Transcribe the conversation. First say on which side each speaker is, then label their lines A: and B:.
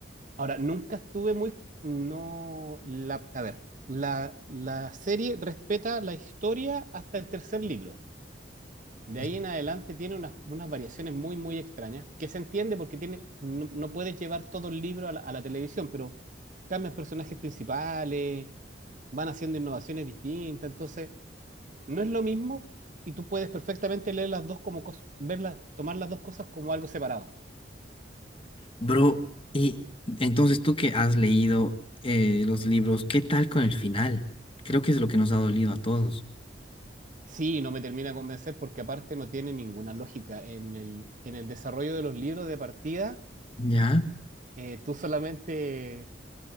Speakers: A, on the right (about 45°); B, on the left (about 30°).
A: ahora, nunca estuve muy... No, la, a ver, la, la serie respeta la historia hasta el tercer libro. De
B: y-
A: ahí en adelante tiene unas, unas variaciones muy, muy extrañas, que se entiende porque tiene, no, no puedes llevar todo el libro a la, a la televisión, pero cambian personajes principales, van haciendo innovaciones distintas, entonces no es lo mismo y tú puedes perfectamente leer las dos como cosas, verlas, tomar las dos cosas como algo separado.
B: Bro, y entonces tú que has leído eh, los libros, ¿qué tal con el final? Creo que es lo que nos ha dolido a todos.
A: Sí, no me termina de convencer porque aparte no tiene ninguna lógica. En el, en el desarrollo de los libros de partida,
B: ¿Ya?
A: eh, tú solamente